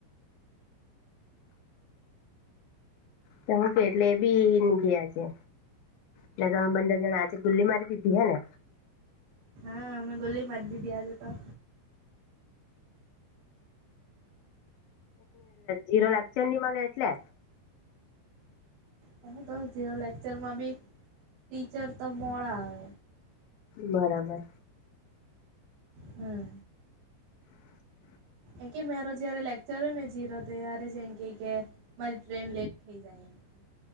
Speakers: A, on the left (about 85°); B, on the right (about 65°).
A: તો હું કે એટલે એ બી ની ગયા છે. એટલે દહ બંદર જણા આ છે ગુલ્લી મારી દીધી હને?
B: હા મે ગોલ્લી મારી દીધી આજ તો.
A: જેનો લેક્ચર ની મળે એટલે?
B: તો હું તો જેનો લેક્ચરમાં બી ટીચર તો મોડા આવે.
A: બરાબર.
B: હમ.
A: <inaudible>
B: એ કે મારો જયારે લેક્ચર ને જીરો ત્યારે જ એ કે કે મારી ટ્રેન લેટ થઇ જાય એમ. કે.